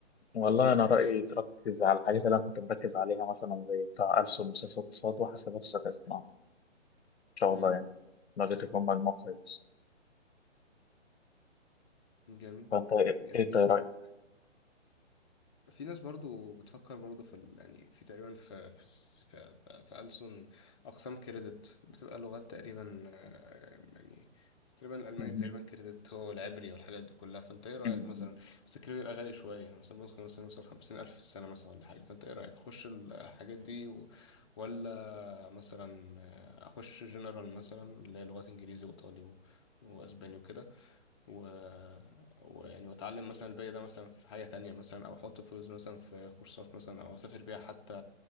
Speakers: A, on the left; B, on the left.
A: والله أنا رأيي
B: ماشي
A: تركز على الحاجات اللي أنا كنت مركز عليها مثلا زي بتاع ألسن وسياسة واقتصاد وحاسبات وذكاء اصطناعي إن شاء
B: مم.
A: الله يعني لو ذاكرت فيهم مجموع كويس
B: جميل
A: فأنت إيه
B: جميل
A: إيه ده
B: جدا
A: رأيك؟
B: في ناس برضو بتفكر برضو في ال... يعني في تقريبا في في الس- في, في, في ألسن أقسام كريدت بتبقى لغات تقريبا آه، يعني تقريبا الألماني
A: مهم.
B: تقريبا كريدت هو العبري والحاجات دي كلها فأنت إيه رأيك
A: مهم.
B: مثلا بس الكريدت بيبقى غالي شوية مثلا ممكن مثلا يوصل خمسين ألف في السنة مثلا ولا حاجة فأنت إيه رأيك أخش الحاجات دي و... ولا مثلا آه، أخش جنرال مثلا اللي هي لغات إنجليزي وإيطالي و... وأسباني وكده و... ويعني واتعلم مثلا الباقي ده مثلا في حاجة تانية مثلا او احط فلوس مثلا في كورسات مثلا او اسافر بيها حتى